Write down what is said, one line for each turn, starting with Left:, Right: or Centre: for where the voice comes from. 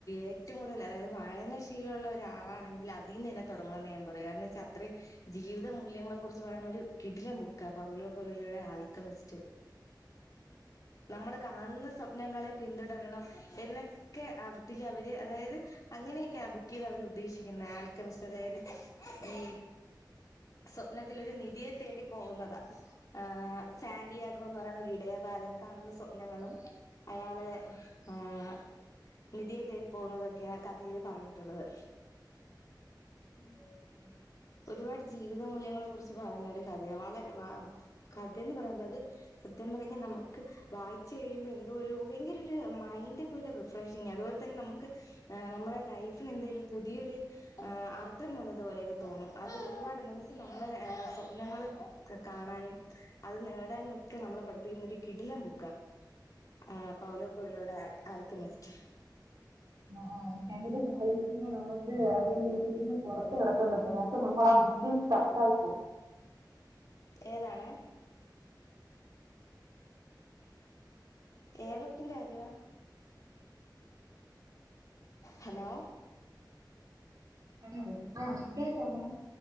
Left: ഏറ്റവും കൂടുതൽ അതായത് വായനശീലമുള്ള ഒരാളാണെങ്കിൽ അത് അതീന്ന് തന്നെ തൊടങ്ങണം ന്നെ ഞാൻ പറയു കാരണം ന്ന് വെച്ചാ അത്രയും ജീവിത മൂല്യങ്ങളെ കുറിച്ച് പറയണ ഒരു കിടിലം ബുക്കാ പൗലോ കൊയിലോയുടെ ആൽക്കെമിസ്റ്റ് നമ്മള് കാണുന്ന സ്വപ്നങ്ങളെ പിന്തുടരണം എന്നൊക്കെ അതില് അവര് അതായത് അങ്ങനെയൊക്കെയാ ആ ബുക്ക് ചെയ്ത അവര് ഉദ്ദേശിക്കുന്നെ ആൽക്കെമിസ്റ്റ് അതായത് ഈ സ്വപ്നത്തിലൊരു നിധിയെ തേടി പോകുന്നതാ ആഹ് സാന്റിയാഗോ എന്ന് പറയുന്ന ഒരു ഇടയബാലൻ കാണുന്ന സ്വപ്നങ്ങളും അയാള് ആഹ് നിധിയെ തേടി പോകുന്നതൊക്കെയാ കഥയിൽ പറഞ്ഞിട്ടുള്ളത്
Right: <inaudible>
Left: ഒരുപാട് ജീവിത മൂല്യങ്ങളെ കുറിച്ച് പറയുന്ന ഒരു കഥയാ വളരെ വ കഥയെന്ന് പറയുന്നത് സത്യം പറഞ്ഞ നമുക്ക് വായിച്ചു കഴിയുമ്പോ എന്തോ ഒരു ഭയങ്കര ഒരു മൈൻഡ് ഒക്കെ ഒരു റിഫ്രഷിംഗാ അതുപോലെ തന്നെ നമുക്ക് ആഹ് നമ്മുടെ ലൈഫിന് എന്തെലും പുതിയൊരു ആഹ് അർത്ഥം വന്നത് പോലെയൊക്കെ തോന്നും അത് ഒരുപാട് എന്താന്ന് വച്ചാൽ നമ്മള് സ്വപ്നങ്ങള്ക്കെ കാണാനും അത് നേടാനും ഒക്കെ നമ്മളെ പഠിപ്പിക്കുന്ന ഒരു കിടിലം ബുക്കാ ആഹ് പൗലോകൊയിലോയുടെ ആൽക്കെമിസ്റ്റ്
Right: ആഹ് ഞാനത് വായിച്ച് കഴിഞ്ഞ നമ്മക്ക് അതിന്റുള്ളീന്ന് പൊറത്ത് കടക്കാൻ പറ്റില്ല എന്ന് വച്ചാ നമ്മൾ ആ ബുക്കിൽ സ്റ്റക്ക് ആയി പോകും
Left: ഏതാണ് ഏത് ബുക്കിന്റെ കാര്യവാ ഹലോ
Right: ഹലോ ആഹ് കേക്കാമോ